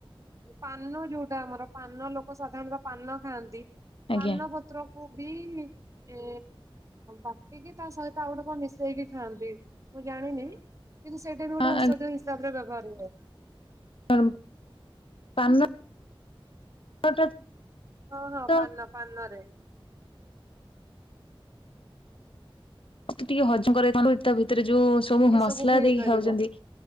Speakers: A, on the right (about 35°); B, on the left (about 70°).
A: ପାନ ଯୋଉଟା ଆମର ପାନ ଲୋକ ସାଧାରଣତଃ ପାନ ଖାଆନ୍ତି
B: ଆଜ୍ଞା
A: ପାନ ପତ୍ର କ ବି ଏ ବାଟିକି ତା ସହିତ ଆଉ ଗୋଟେ କଣ ମିଶେଇକି ଖାଆନ୍ତି। ମୁଁ ଜାଣିନି କିନ୍ତୁ ସେଇଟା ବି ଗୋଟେ
B: ଆଜ୍ଞା
A: ଔଷଧ ହିସାବ ରେ ବ୍ୟବହାର ହୁଏ।
B: <inaudible>
A: ହଁ ହଁ
B: ତ
A: ପାନ ପାନ ରେ।
B: ଟିକେ ହଜମ କର ତା ଭିତରେ ଯୋଉ ସବୁ
A: ଏସବୁ
B: ମସଲା
A: ବି ହେଇପାରିବ
B: ଦେଇକି ଖାଉଛନ୍ତି।